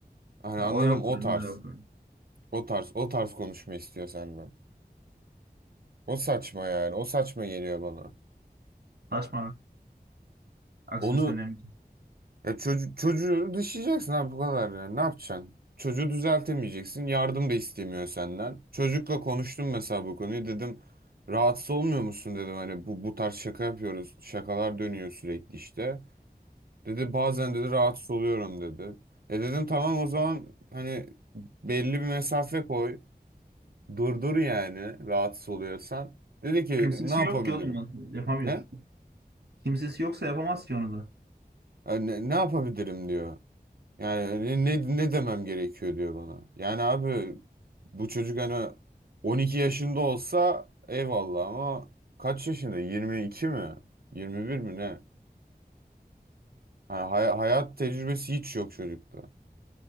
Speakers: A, on the right (about 65°); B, on the right (about 85°).
A: Hani
B: Ya
A: anladım
B: o yok
A: o
B: bende
A: tarz.
B: de yok.
A: O tarz. O tarz konuşma istiyor senden. O saçma yani. O saçma geliyor bana.
B: Saçma. Aksini
A: Onu
B: söyleyemeyeceğim.
A: Ya çocu- çocuğu dışlayacaksın abi bu kadar ya. Ne yapacaksın? Çocuğu düzeltemeyeceksin. Yardım da istemiyor senden. Çocukla konuştum mesela bu konuyu. Dedim rahatsız olmuyor musun dedim. Hani bu, bu tarz şaka yapıyoruz. Şakalar dönüyor sürekli işte. Dedi bazen dedi rahatsız oluyorum dedi. E dedim tamam o zaman hani belli bir mesafe koy. Durdur yani rahatsız oluyorsan. Dedi ki
B: Kimsesi
A: ne yapabilirim?
B: yok ki oğlum. lan. Yapamıyor.
A: Ne?
B: Kimsesi yoksa yapamaz ki onu da.
A: "E, Ne, ne yapabilirim diyor. Yani ne, ne demem gerekiyor diyor bana. Yani abi bu çocuk hani 12 yaşında olsa eyvallah ama kaç yaşında? 22 mi? 21 mi ne? Hani hay- hayat tecrübesi hiç yok çocukta.